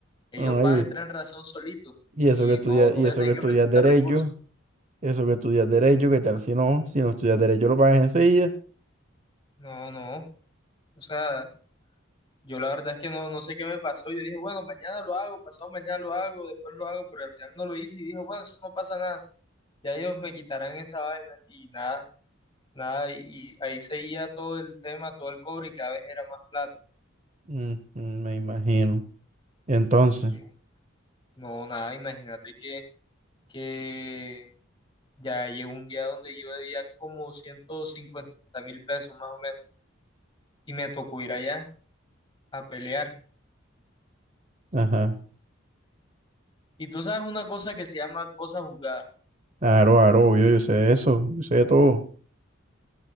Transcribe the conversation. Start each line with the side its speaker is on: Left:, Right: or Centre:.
Left: ellos
Right: Oye,
Left: van a entrar en razón solitos
Right: y eso
Left: y
Right: que estudias,
Left: no, no
Right: y
Left: voy
Right: eso
Left: a tener
Right: que estudias
Left: que presentar
Right: derecho,
Left: recursos.
Right: eso que estudias derecho, ¿qué tal si no? Si no estudias derecho lo pagas enseguida.
Left: No, no. O sea, yo la verdad es que no, no sé qué me pasó. Yo dije, bueno, mañana lo hago, pasado mañana lo hago, después lo hago, pero al final no lo hice y dije, bueno, eso no pasa nada. Ya ellos me quitarán esa vaina y nada, nada. Y, y ahí seguía todo el tema, todo el cobre y cada vez era más plata.
Right: Mm, mm, me imagino. Entonces,
Left: Eh, No, nada, imagínate que, que Ya llegó un día donde yo debía como ciento cincuenta mil pesos más o menos y me tocó ir allá a pelear.
Right: ajá.
Left: Y tú sabes una cosa que se llama cosa jugada.
Right: Aro, aro, obvio, yo sé eso, yo sé todo.